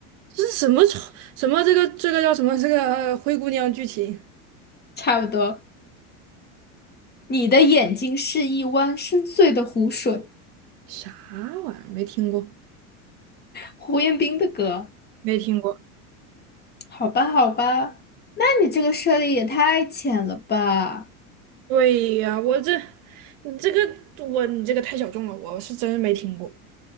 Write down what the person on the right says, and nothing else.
这是什么丑什么这个这个叫什么这个呃灰姑娘剧情？
啥玩意儿？没听过，
没听过。
对呀，我这你这个我你这个太小众了，我是真没听过。